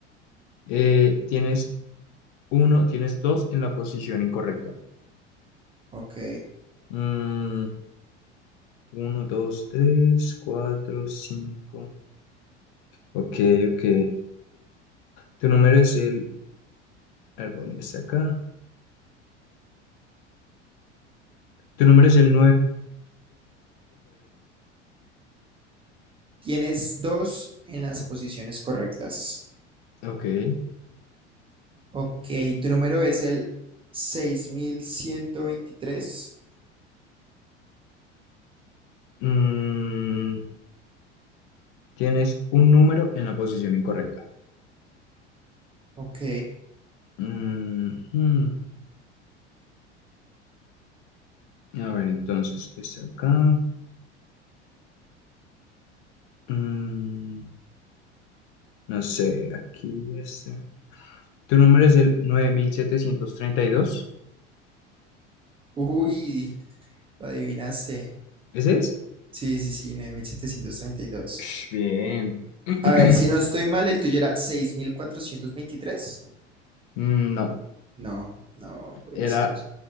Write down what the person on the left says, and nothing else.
Eh, tienes uno, tienes dos en la posición incorrecta.
Mm, uno, dos, tres, cuatro, cinco. Ok, ok. Tu número es el... A ver, ¿dónde está acá? Tu número es el
9758. Ok.
Mm, tienes un número en la posición incorrecta.
Mm, mm. A ver, entonces, está acá. Mm, no sé, aquí este. Tu número es el 9732.
¿Ese es?
Ush, Bien. <clears throat>
Mm, No,
era